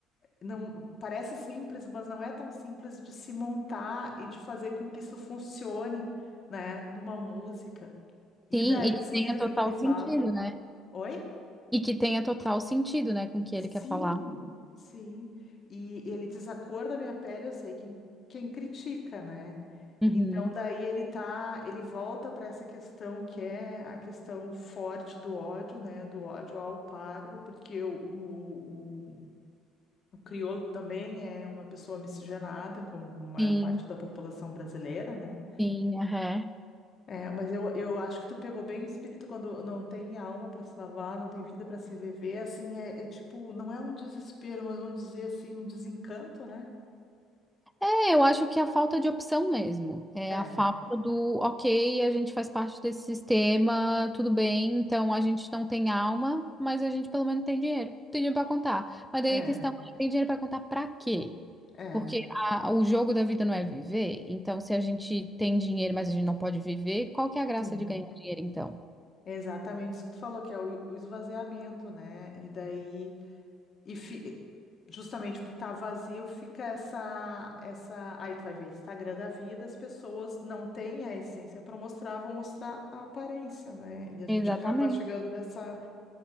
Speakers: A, on the left (about 45°); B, in the centre.
A: Não parece simples, mas não é tão simples de se montar e de fazer com que isso funcione, né? Numa música. E
B: Sim,
A: daí,
B: e
A: em seguida,
B: que tenha total
A: o que que ele fala?
B: sentido, né?
A: Oi?
B: E que tenha total sentido, né, com o que
A: Sim,
B: ele quer falar.
A: sim. E ele diz a cor da minha pele, eu sei quem, quem critica, né?
B: Uhum.
A: Então daí ele tá, ele volta para essa questão que é a questão forte do ódio, né? Do ódio ao pardo, porque o, o, o, o crioulo também é uma pessoa miscigenada, como a maior
B: Sim,
A: parte da população brasileira, né?
B: sim, aham.
A: É, mas eu, eu acho que tu pegou bem o espírito quando não tem alma para se lavar, não tem vida para se viver, assim, é, é tipo, não é um desespero, mas vamos dizer assim, um desencanto, né?
B: É, eu acho que é a falta de opção mesmo. É
A: É,
B: a falta do, ok, a gente faz parte desse sistema, tudo bem, então a gente não tem alma, mas a gente pelo menos tem dinheiro. Tem dinheiro pra contar. Mas daí
A: é,
B: a questão é, tem dinheiro pra contar pra quê?
A: é,
B: Porque a- o jogo da vida não é viver, então se a gente tem dinheiro, mas a gente não pode viver, qual que é a graça
A: sim.
B: de ganhar dinheiro então?
A: É exatamente isso que tu falou, que é o, o esvaziamento, né? E daí, e fi- justamente por estar vazio, fica essa, essa, aí tu vai ver Instagram da vida, as pessoas não têm a essência para mostrar, vão mostrar a aparência, né? E a
B: Exatamente.
A: gente acaba chegando nessa